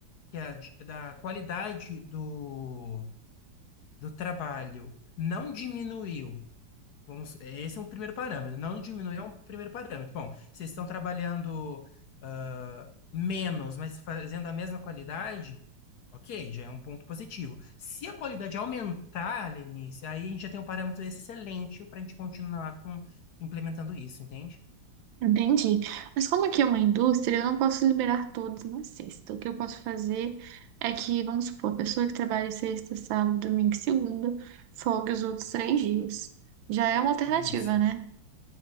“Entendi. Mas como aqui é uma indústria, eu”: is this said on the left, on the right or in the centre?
Right